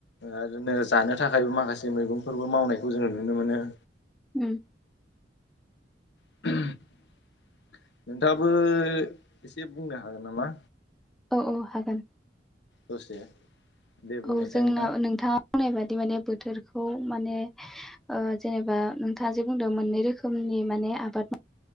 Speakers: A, on the left (about 70°); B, in the centre.
A: ओ जानो थाखायबो माखासे मैगंफोरबो मावनायखौ जोङो नुनो मोनो।
B: उम
A: <unintelligible> नोंथाबो एसे बुंनो हागोन नामा?
B: औ औ हागोन।
A: दसे- दे बुंनायसाय
B: औ जोंना
A: नोंथां
B: नोंथांडा़ बादि माने बोथोरखौ माने- जेनेबा नोंथाङा जे बुंदों मोननै रोखोमनि माने आबाद